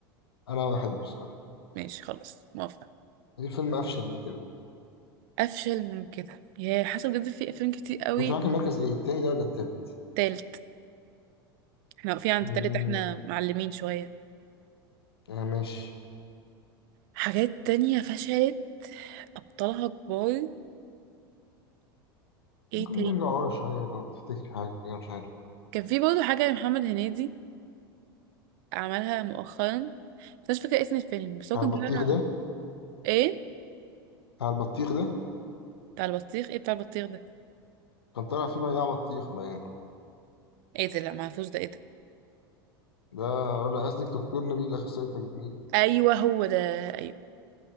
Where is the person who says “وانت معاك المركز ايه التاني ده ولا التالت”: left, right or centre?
Left